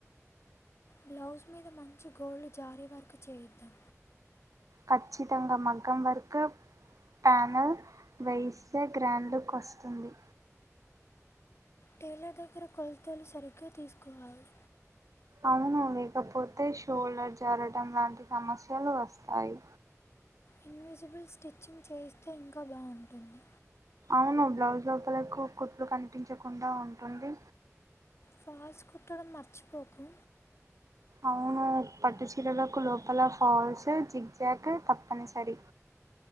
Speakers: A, on the left; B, on the right.
A: బ్లౌజ్ మీద మంచి గోల్డ్ జారీ వర్క్ చేయిద్దాం.
B: ఖచ్చితంగ మగ్గం వర్క్ ప్యానల్ వైసే గ్రాండ్లుక్ వస్తుంది
A: టైలర్ దగ్గర కొలతలు సరిగ్గా తీసుకోవాలి
B: అవును లేకపోతే షోల్డర్ జారటము లాంటి సమస్యలు వస్తాయి.
A: ఇన్యుజిబుల్ స్టిచ్చింగ్ చేస్తే ఇంకా బాగుంటుంది.
B: అవును బ్లౌజ్ లోపలకు కుట్లు కనిపించకుండా ఉంటుంది
A: ఫాల్స్ కుట్టడం మర్చిపోకు
B: అవును పట్టు చీరలకు లోపల ఫాల్స్ జిగ్ జాక్ తప్పనిసరి